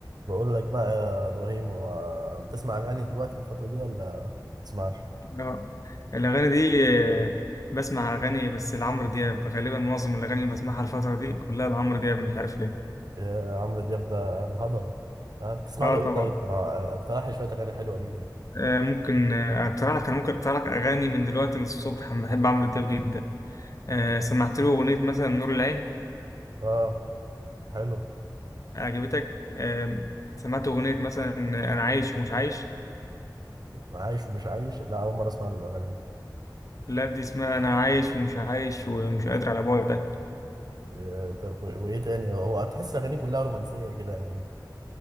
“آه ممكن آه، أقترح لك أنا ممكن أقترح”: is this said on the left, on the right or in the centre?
Left